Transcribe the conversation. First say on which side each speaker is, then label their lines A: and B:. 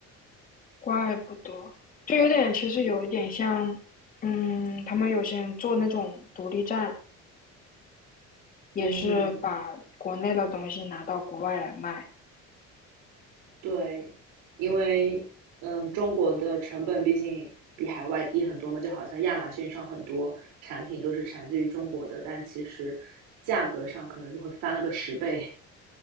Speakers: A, on the left (about 30°); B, on the right (about 90°).
A: 怪不得，就有点，其实有一点像，嗯，他们有些人做那种独立站，也是把国内的东西拿到国外来卖。
B: 嗯，对，因为嗯，中国的成本毕竟比海外低很多嘛，就好像亚马逊上很多产品都是产自于中国的，但其实价格上可能就会翻了个十倍。